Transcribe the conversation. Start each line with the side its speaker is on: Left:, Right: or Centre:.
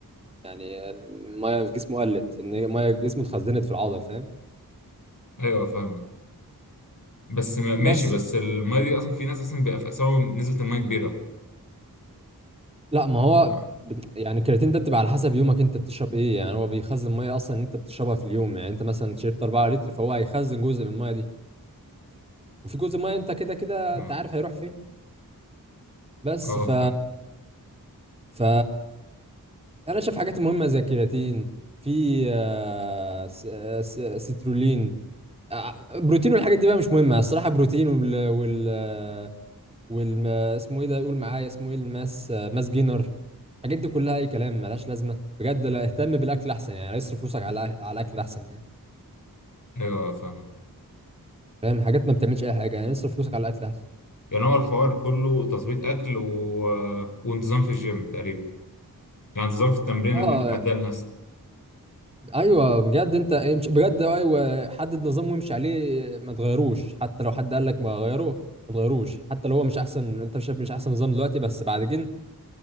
Right: يعني الميه في جسمه قلت ان الميه في جسمه اتخزنت في العضل فاهم
Left: ايوه فاهم بس ما- ماشي
Right: بس
Left: بس الميه دي اصلا في ناس اصلا بيبقى في اجسامهم نسبه الميه كبيره
Right: لا ما هو
Left: ف-
Right: بت- يعني الكرياتين ده بتبقى على حسب يومك انت بتشرب ايه يعني هو بيخزن ميه اصلا انت بتشربها في اليوم يعني انت مثلا شربت 4 لتر فهو هيخزن جزء من الميه دي وفي جزء ميه انت كده كده
Left: اه
Right: انت عارف هيروح فين بس
Left: آه،
Right: ف
Left: فاهم
Right: ف انا شايف حاجات مهمه زي الكرياتين في آه، س- آه، س- آه، سترولين آه، بروتين والحاجات دي بقى مش مهمه الصراحه بروتين وال وال وال اسمه ايه ده قول معايا اسمه ايه الماس آه، ماس جينر الحاجات دي كلها اي كلام ملهاش لازمه بجد لا اهتم بالاكل احسن يعني اصرف فلوسك على الأ- على الاكل احسن يعني
Left: ايوه فاهم
Right: فاهم حاجات ما بتعملش اي حاجه يعني اصرف فلوسك على الاكل احسن
Left: يعني هو الحوار كله تظبيط اكل و... وانتظام في الجيم تقريبا يعني انتظام في التمرين
Right: اه
Left: اللي انت محددها لنفسك
Right: ايوه بجد انت مش بجد ايوه حدد نظام وامشي عليه ما تغيروش حتى لو حد قال لك ما غيروه ما تغيروش حتى لو هو مش احسن انت شايف مش احسن نظام دلوقتي بس بعد كده